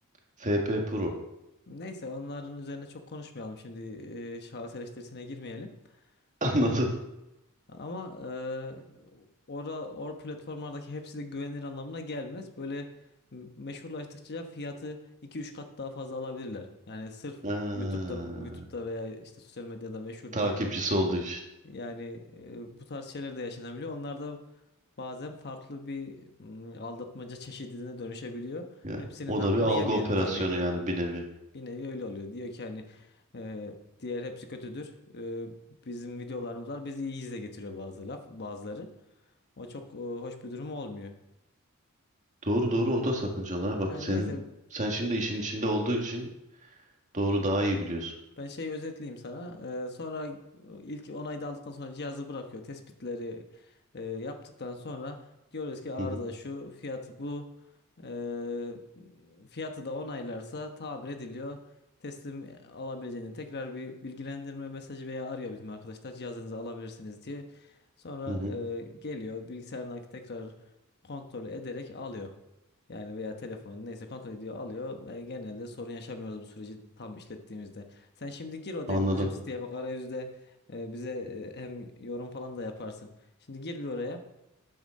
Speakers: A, on the right; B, on the left.
A: FP Pro.
B: Neyse onların üzerine çok konuşmayalım şimdi e, şahıs eleştirisine girmeyelim.
A: <laughs> Anladın?
B: E, ama e, ora or platformlardaki hepsi de güvenilir anlamına gelmez. Böyle m- meşhurlaştıkça fiyatı iki üç kat daha fazla alabilirler. Yani sırf
A: Ha,
B: YouTube'da YouTube'da veya işte sosyal medyada meşhur
A: takipçisi
B: diye.
A: olduğu için.
B: Yani e, bu tarz şeyler de yaşanabiliyor. Onlar da bazen farklı bir mm, aldatmaca çeşidine dönüşebiliyor.
A: Ya,
B: Hepsinin
A: o
B: hakkını
A: da bir algı
B: yemeyelim
A: operasyonu
B: tabii.
A: yani bir nevi.
B: Bir nevi öyle oluyor. Diyor ki hani e, diğer hepsi kötüdür. E, bizim videolarımız var. Bizi iyi izle getiriyor bazı laf, bazıları. O çok e, hoş bir durum olmuyor.
A: Doğru doğru o da sakıncalı. ha. Bak
B: Yani
A: senin
B: neyse
A: sen şimdi işin içinde olduğu için doğru daha iyi biliyorsun.
B: Ben şeyi özetleyeyim sana. Ee, sonra ilk onayı da aldıktan sonra cihazı bırakıyor. Tespitleri e, yaptıktan sonra diyoruz ki arıza
A: Hı hı
B: şu, fiyatı bu. Ee, fiyatı da onaylarsa tamir ediliyor. Teslim alabileceğini tekrar bir bilgilendirme mesajı veya arıyor bizim arkadaşlar cihazınızı alabilirsiniz diye. Sonra
A: hı hı.
B: e, geliyor bilgisayarına tekrar kontrol ederek alıyor. Yani veya telefonu neyse kontrol ediyor alıyor ve genelde sorun yaşamıyoruz bu süreci tam işlettiğimizde. Sen şimdi gir o
A: Anladım.
B: dedi bizim siteye bak arayüzde e, bize e, hem yorum falan da yaparsın. Şimdi gir bir oraya.